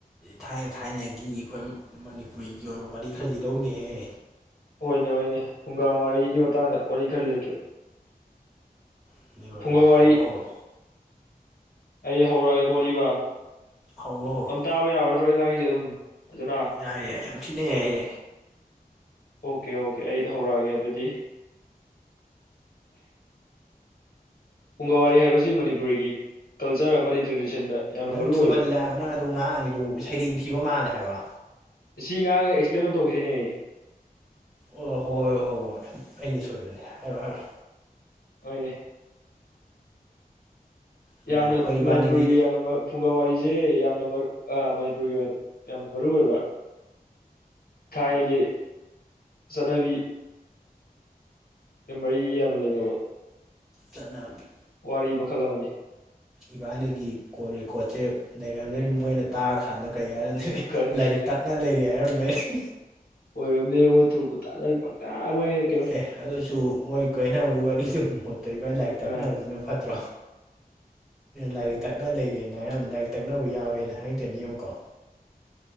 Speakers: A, in the centre; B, on the left.
A: ꯊꯥꯏꯅ ꯊꯥꯏꯅꯒꯤ ꯑꯩꯈꯣꯏ ꯃꯅꯤꯄꯨꯔꯤꯒꯤ ꯑꯣꯏꯕ ꯋꯥꯔꯤ ꯈꯔ ꯂꯤꯔꯧꯅꯦꯍꯦ
B: ꯍꯣꯏꯅꯦ ꯍꯅꯦ ꯄꯨꯡꯒꯥ ꯃꯔꯤꯒꯤ ꯃꯇꯥꯡꯗ ꯋꯥꯔꯤ ꯈꯔ ꯂꯦꯞꯀꯌꯨ
A: ꯎꯝ ꯂꯤꯔꯣ
B: ꯐꯨꯡꯒꯥ
A: ꯂꯤꯔꯣ
B: ꯋꯥꯔꯤ
A: ꯍꯧꯔꯣ
B: ꯑꯩ ꯍꯧꯔꯛꯑꯒꯦ ꯈꯣꯂꯤꯕ
A: ꯍꯧꯔꯣ ꯍꯧꯔꯣ ꯍꯧꯔꯣ
B: ꯑꯝ ꯇꯥꯕ ꯌꯥꯎꯕ ꯅꯠꯇ꯭ꯔꯣ ꯑꯩꯅꯥ ꯉꯥꯡꯉꯤꯁꯦ ꯑꯗꯨꯝ ꯐꯖꯅ
A: ꯌꯥꯏꯌꯦ ꯌꯥꯝꯝ ꯊꯤꯅꯦ ꯌꯥꯌꯦ
B: ꯑꯣꯀꯦ ꯑꯣꯀꯦ ꯑꯩꯗ ꯍꯧꯔꯛꯑꯒꯦ ꯑꯗꯨꯗꯤ ꯐꯨꯡꯒꯥ ꯋꯥꯔꯤ ꯍꯥꯏꯕꯁꯤ ꯃꯅꯤꯄꯨꯔꯤꯒꯤ ꯀꯜꯆꯔ ꯑꯃꯗꯤ ꯇ꯭ꯔꯦꯗꯤꯁꯟꯗ ꯌꯥꯝꯅ
A: ꯅꯪ
B: ꯃꯔꯨ
A: ꯊꯨꯝꯕꯜꯂꯦ
B: ꯑꯣꯏꯕ
A: ꯍꯥꯏꯕ ꯅꯪ ꯑꯗꯨ ꯉꯥꯡꯉꯤꯗꯨ ꯁꯩꯔꯦꯡ ꯊꯤꯕ ꯃꯥꯜꯂꯦ ꯍꯥꯏꯕ
B: ꯁꯤ ꯉꯥꯡꯉ ꯑꯦꯛꯁꯄ꯭ꯂꯦꯟ ꯇꯧ ꯇꯧꯈꯤꯁꯤꯅꯦ
A: ꯑꯣ ꯍꯣꯏ ꯍꯣꯏ ꯍꯣꯏ ꯍꯣꯏ ꯑꯩꯅ ꯁꯣꯏꯕꯅꯦ ꯍꯥꯏꯔꯣ ꯍꯥꯏꯔꯣ
B: ꯍꯣꯏꯅꯦ
A: ꯃꯌꯥꯝ
B: ꯌꯥꯝꯅ
A: ꯑꯩꯈꯣꯏ ꯏꯕꯥꯅꯤꯒꯤ
B: ꯃꯅꯤꯄꯨꯔꯒꯤ ꯌꯥꯝꯅ ꯐꯨꯡꯒꯥ ꯋꯥꯔꯤꯁꯦ ꯌꯥꯝꯅ ꯃꯅꯤꯄꯨꯔꯒꯤ ꯑꯣꯏꯅ ꯌꯥꯝꯅ ꯃꯔꯨ ꯑꯣꯏꯕ ꯊꯥꯏꯅꯒꯤ ꯆꯠꯅꯕꯤ ꯅ ꯃꯔꯤ ꯌꯥꯝꯅ ꯂꯩꯅꯕ
A: ꯆꯅꯕꯤ
B: ꯋꯥꯔꯤ ꯃꯈꯜ ꯑꯃꯅꯤ
A: ꯏꯕꯥꯅꯤꯒꯤ ꯀꯣꯜ ꯔꯦꯀꯣꯔꯠꯁꯦ ꯂꯩꯔꯝꯗꯔꯤ ꯃꯣꯏꯅ ꯇꯥꯔꯀꯥꯟꯗ ꯀꯔꯤ ꯍꯥꯏꯅ
B: ꯈꯪꯗꯦ
A: ꯂꯥꯏꯔꯤꯛ ꯇꯛꯅ ꯂꯩꯔꯤ ꯍꯥꯏꯔꯝꯗꯣꯏꯅꯤ
B: <unintelligible>
A: ꯑꯦ ꯑꯗꯨꯁꯨ ꯃꯣꯏ ꯀꯥꯏꯅꯕꯒꯤ ꯋꯥꯔꯤꯗꯨ ꯃꯍꯨꯠꯇ ꯏꯕꯥꯏꯅꯤ ꯂꯥꯏꯔꯤꯛ ꯇꯥꯛꯅꯕꯁꯤꯅ
B: ꯑ
A: ꯐꯠꯇ꯭ꯔꯣ ꯂꯥꯏꯔꯤꯛ ꯇꯥꯛꯅ ꯂꯩꯔꯦꯅ ꯍꯥꯏꯔꯕꯗ ꯂꯥꯏꯔꯤꯛ ꯇꯥꯛꯅꯕ ꯌꯥꯎꯔꯦꯅ ꯍꯥꯏꯔꯛꯇꯣꯏꯅꯤ ꯌꯦꯡꯉꯨꯀꯣ